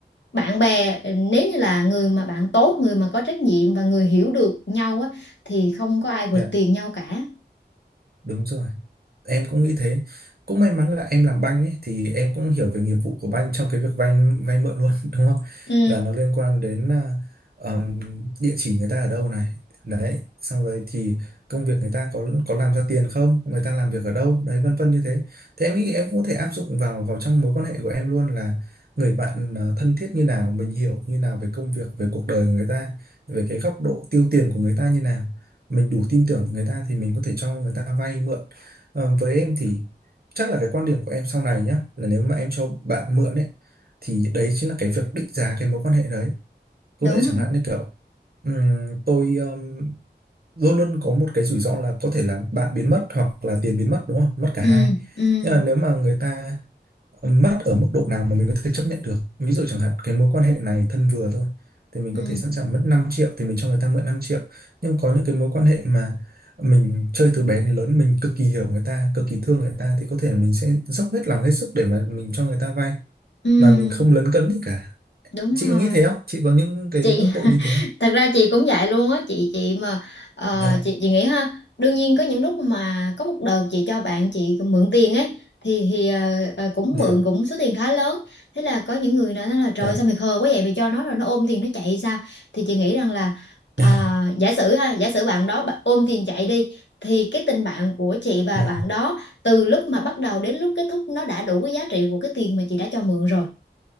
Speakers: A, on the left; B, on the right.
A: bạn bè ờ, nếu như là người mà bạn tốt người mà có trách nhiệm và người hiểu được nhau á thì không có ai quỵt
B: dạ,
A: tiền nhau cả
B: đúng rồi. em cũng nghĩ thế cũng may mắn là em làm banh ấy thì em cũng hiểu về nghiệp vụ của banh trong cái việc vay vay mượn luôn <laughs> đúng không
A: ừ
B: là nó liên quan đến à, ờm, địa chỉ người ta ở đâu này đấy xong rồi thì công việc người ta có có làm ra tiền không người ta làm việc ở đâu đấy vân vân như thế thế em nghĩ em cũng có thể áp dụng vào vào trong mối quan hệ của em luôn là người bạn ờ, thân thiết như nào mình hiểu như nào về công việc về cuộc đời của người ta về cái góc độ tiêu tiền của người ta như nào mình đủ tin tưởng người ta thì mình có thể cho người ta vay mượn Ờ, với em thì chắc là cái quan điểm của em sau này nhá là nếu mà em cho bạn mượn ấy thì đấy chính là cái việc định giá cái mối quan hệ đấy có
A: đúng
B: nghĩa chẳng hạn như kiểu ừm, tôi ừm, luôn luôn có một cái rủi ro là có thể là bạn biến mất hoặc là tiền biến mất đúng không mất cả
A: ừ
B: hai
A: ừ
B: nhưng mà nếu mà người ta mất ở mức độ nào mà mình có thể chấp nhận được ví dụ chẳng hạn cái mối quan hệ này thân vừa thôi thì mình
A: ừ
B: có thể sẵn sàng mất 5 triệu thì mình cho người ta mượn năm triệu nhưng có những cái mối quan hệ mà mình chơi từ bé đến lớn mình cực kỳ hiểu người ta cực kỳ thương người ta thì có thể mình sẽ dốc hết lòng hết sức để mà mình cho người ta vay
A: ừ
B: mà mình không lấn cấn gì cả
A: đúng
B: chị
A: rồi
B: có nghĩ thế không chị có những cái
A: chị
B: góc độ
A: <laughs>
B: như thế không
A: thật ra chị cũng vậy luôn á chị chị mà ờ,
B: dạ
A: chị chị nghĩ ha đương nhiên có những lúc mà có một đợt chị cho bạn chị mượn tiền ấy thì thì ờ, ờ, cũng
B: dạ
A: mượn cũng số tiền khá lớn thế là có những người nói là trời
B: dạ
A: sao mày khờ quá vậy mày cho nó rồi nó ôm tiền nó chạy sao thì chị nghĩ rằng là à,
B: dạ
A: giả sử ha giả sử bạn đó bạn ôm tiền chạy đi thì cái tình bạn của chị và
B: ừ,
A: bạn đó từ lúc mà bắt đầu đến lúc kết thúc nó đã đủ cái giá trị của cái tiền mà chị đã cho mượn rồi